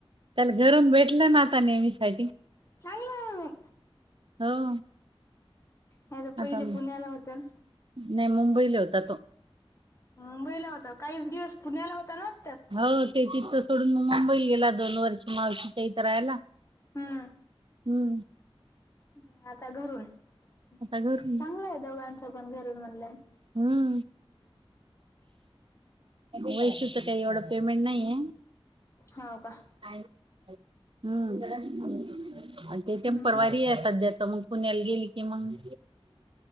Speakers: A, on the right; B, on the left.
A: त्याला धरून भेटलं <unintelligible>
B: चांगलं हो आम्ही.
A: हो.
B: नाहीतर पहिले
A: आता
B: पुण्याला होते ना.
A: नाही मुंबईला होता तो.
B: मुंबईला होता काही दिवस पुण्याला होता ना वाटत.
A: हो ते तिथं सोडून मग मुंबईल गेला दोन वर्ष मावशीच्या इथं राहायला.
B: हम्म.
A: हम्म.
B: हं आता घरून चांगलं
A: आता घरून
B: आहे दोघांच पण घरून ऑनलाईन.
A: हम्म. वैशुच काही एवढं पेमेंट नाहीये.
B: हाव का?
A: काय? हम्म आणि ते टेंपरवारी
B: हम्म.
A: हाय सध्या तर मग पुण्याला गेली. तेव्हा मग